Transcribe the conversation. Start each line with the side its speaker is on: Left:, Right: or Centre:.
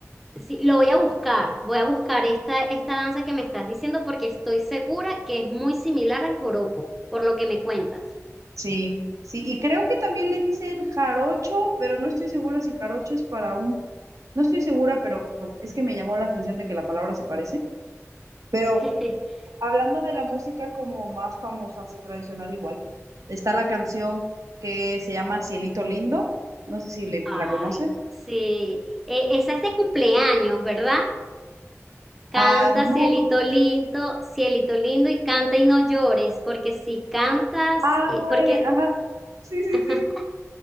Centre: Sí, lo voy a buscar, voy a buscar esta, esta danza que me estás diciendo porque estoy segura que es muy similar al joropo, por lo que me cuentas.
Right: sí, sí, y creo que también le dicen jarocho, pero no estoy segura si jarocho es para un, no estoy segura, pero es que me llamó la atención de que la palabra se parece. Pero
Centre: <laughs>
Right: hablando de la música como más famosa, así tradicional igual, está la canción que se llama Cielito Lindo, no sé si le-
Centre: Ay,
Right: la conoces.
Centre: sí, Eh, esa es de cumpleaños, ¿verdad? Canta,
Right: Ah, no,
Centre: cielito lindo, cielito lindo y canta y no llores, porque si cantas,
Right: Ay,
Centre: eh, porque
Right: ajá. Sí, sí,
Centre: <laughs>
Right: sí.